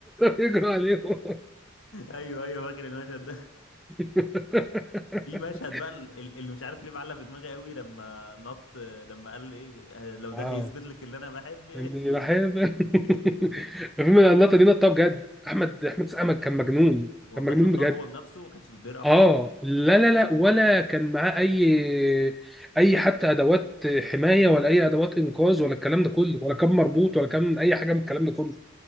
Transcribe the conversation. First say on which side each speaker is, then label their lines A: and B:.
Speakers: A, in the centre; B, on the left.
A: <laughs> يجروا عليهم
B: ايوه ايوه فاكر المشهد
A: <laughs>
B: في مشهد بقى ال- ال- اللي مش عارف ليه معلق في دماغي قوي لما نط لما قال ايه آه، لو ده
A: اه
B: هيثبت لك اللي انا بحب ايه
A: اني بحب <laughs>
B: <laughs>
A: الفيلم النقطه دي نقطه بجد احمد احمد سقا كان مجنون
B: والله
A: كان مجنون
B: نطها
A: بجد
B: هو بنفسه ما كانش دوبلير او
A: اه
B: حاجه
A: لا لا لا ولا كان معاه اي اي حتى ادوات حمايه ولا اي ادوات انقاذ ولا الكلام ده كله ولا كان مربوط ولا كان اي حاجه من الكلام ده كله